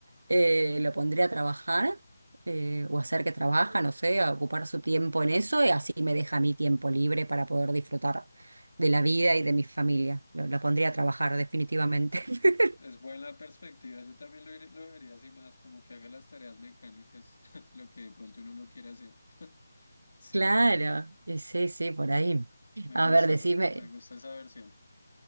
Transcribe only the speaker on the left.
Ush,
es buena perspectiva. Yo también lo, ir- lo vería así más, como que haga las tareas mecánicas, <laughs> lo que de pronto uno no quiere hacer. Sí,
me
gusta,
me, me gusta esa versión.